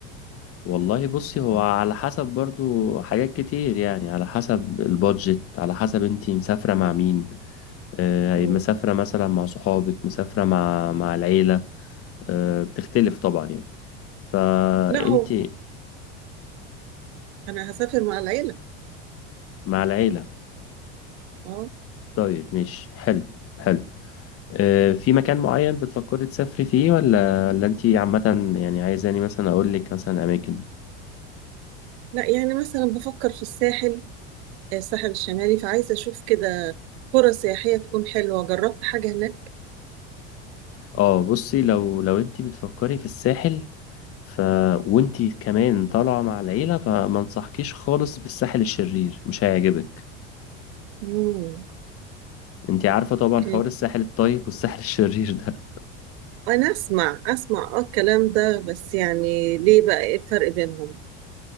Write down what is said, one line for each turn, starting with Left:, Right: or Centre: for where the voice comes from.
Left: والله بصي هو على حسب برضو حاجات كتير يعني على حسب البادجت على حسب انتي مسافرة مع مين آه،
Right: مم.
Left: مسافرة مثلا مع صحابك مسافرة مع مع العيلة آه، بتختلف طبعا يعني فانتي
Right: لا هو انا هسافر مع العيلة
Left: مع العيلة
Right: اه
Left: طيب مش حلو حلو آه، في مكان معين بتفكري تسافري فيه ولا ولا انتي عامة يعني عايزاني مثلا اقولك مثلا اماكن
Right: لا يعني مثلا بفكر في الساحل آه، الساحل الشمالي فعايزة اشوف كده قرى سياحية تكون حلوة جربت حاجة هناك
Left: اه بصي لو لو انت بتفكري في الساحل ف وانت كمان طالعه مع العيله فما انصحكيش خالص بالساحل الشرير مش هيعجبك
Right: مم.
Left: انت عارفه طبعا
Right: ليه؟
Left: حوار الساحل الطيب والساحل الشرير ده
Right: انا اسمع اسمع اه الكلام ده بس يعني ليه بقى ايه الفرق بينهم